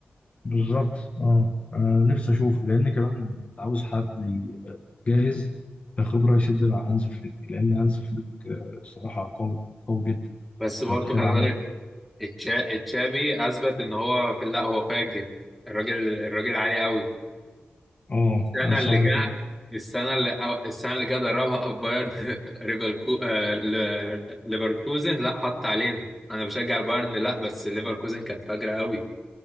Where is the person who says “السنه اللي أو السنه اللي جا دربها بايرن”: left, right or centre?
Centre